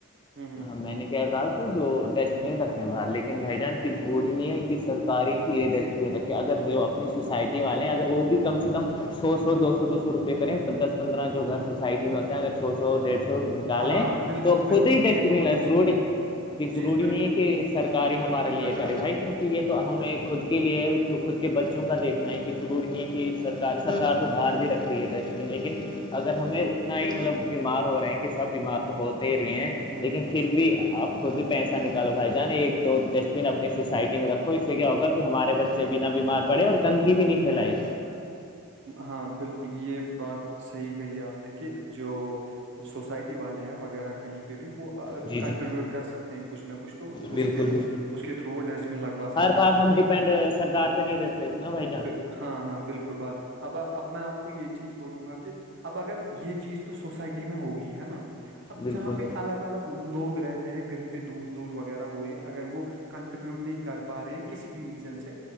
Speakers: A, on the right; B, on the left.
A: ہوں ہوں
B: میں نے کیا کہا کہ جو ڈسٹ بین رکھے باہر بھائی جان کس گوڑی نہیں ہے کہ سرکاری کی یہ ڈسٹ بین رکھے اگر جو اپنی سوسائٹی والے اگر وہ بھی کم سے کم سو سو دو سو دو سو روپئے کریں دس پندرہ جو گھر سوسائٹی میں ہوتا ہے اگر سو سو ڈیڑھ سو کالیں
A: ہاں بالکل
B: تو خود
A: بالکل
B: ہی ڈسٹ
A: یہ
B: بین
A: بہت
B: ہے
A: اچھی
B: ضروڑی
A: چیز
B: کہ ضروری
A: جی بالکل
B: نہیں ہے کہ
A: یہ
B: سرک ہی ہمارے لیے
A: سرکاری
B: کرے بھائی کیوں یہ تو ہمیں خود کے لیے خود کے بچوں کا دیکھنا ہے کہ ضروری نہیں ہے کہ سرکار سرار تو باہار بھی رکھ رہی ہے دش لیکن اگر ہمیں اتنا ہی مطلب بیمار ہو رہے ہیں کہ بیمار تو ہوتے ہی رہے ہیں
A: ہوں
B: لیکن
A: ہوں
B: پھر
A: ہ
B: بھی آپ خود ہی پیسہ نکالو بھائی جان ایک دو ڈسٹ بن اپنی سوسائٹی میں رکھو اس سے کیا ہوگ ہمارے بچے بنا بیمار
A: بالکل
B: پڑے اور گندگی بھی نہیں پھیلائی
A: ہاں بالکل یہ بات صحی کہی آپ نے کہ جو سوسائٹی والے ہیں وغیرہ کہیں پہ بھی وہ
B: جی
A: کنٹریبیوٹ
B: جی
A: کر سکتے ہیں کچھ نہ کچھ تو
B: بالکل
A: اس کے اس کے تھرو وہ ڈسٹبن لگوا سکتے ہیں
B: بس
A: وہاں
B: ہم
A: پہ
B: ڈیپینڈ سرار پہ نہیں رہتےنا بھائی
A: ب-
B: جان
A: ہاں ہاں بالکل بات اب اب میں آپ کو یہ چیز بولوں گا کہ اب اگر یہ چیز تو سوسائٹی میں ہوگی ہے نا اب
B: بالکل
A: جہاں پہ الگ الگ لوگ رہتے ہیں کہیں پہ دور دور وغیرہ وہ یہ اگر وہ کنٹریبیوٹ نہیں کر پا رہے ہیں کسی بھی ریزن سے